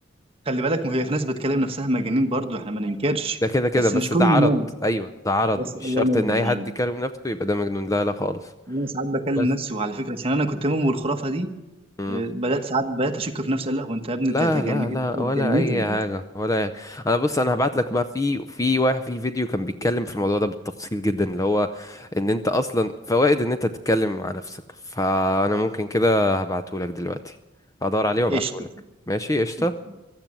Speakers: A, on the right (about 30°); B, on the left (about 15°).
A: خلي بالك ما هي في ناس بتكلم نفسها مجانين برضو احنا ما ننكرش
B: ده كده كده
A: بس
B: بس
A: مش كل
B: ده
A: الناس
B: عرض ايوه ده عرض
A: بس
B: مش
A: الله
B: شرط
A: ينور
B: ان اي
A: عليك
B: حد يكلم نفسه يبقى ده مجنون لا لا خالص
A: انا ساعات بكلم
B: بس
A: نفسي وعلى فكره عشان انا كنت مؤمن بالخرافه دي
B: مم.
A: آه، بدات ساعات بدات اشك في نفسي قال لا هو انت يا ابني
B: لا
A: انت هتجن-
B: لا لا
A: اتجنيت
B: ولا اي
A: ولا
B: حاجة ولا يعني. انا بص انا هبعت
A: ايه؟
B: لك بقى في في واحد في فيديو كان بيتكلم في الموضوع ده بالتفصيل جدا اللي هو ان انت اصلا فوائد ان انت تتكلم مع نفسك فانا ممكن كده هبعته لك دلوقتي هدور عليه وابعته
A: قشطه
B: لك ماشي قشطة
A: قشطه